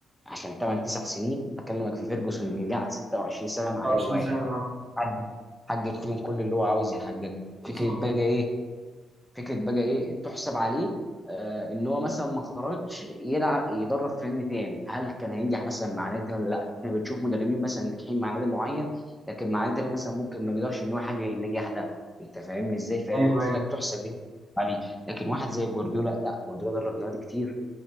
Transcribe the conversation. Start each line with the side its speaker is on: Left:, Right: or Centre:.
Centre: عشان 8 9 سنين اكلمك في فيرجسون اللي قعد 26 سنه مع
Right: 29
Centre: نادي واحد
Right: سنه اه
Centre: حقق حقق فيهم كل اللي هو عاوز يحققه
Right: بالظبط
Centre: فكره بقى ايه فكره بقى ايه تحسب عليه آه ان هو مثلا ما خرجش يلعب يدرب في نادي تاني هل كان هينجح مثلا مع نادي تاني ولا لا احنا بنشوف مدربين مثلا ناجحين مع نادي معين لكن مع نادي تاني مثلا ممكن ما بيقدرش ان هو يحقق النجاح ده انت فاهمني ازاي فقلت
Right: ايوه ايوه
Centre: لك تحسب ايه عليه لكن واحد زي جوارديولا لا جوارديولا درب نوادي كتير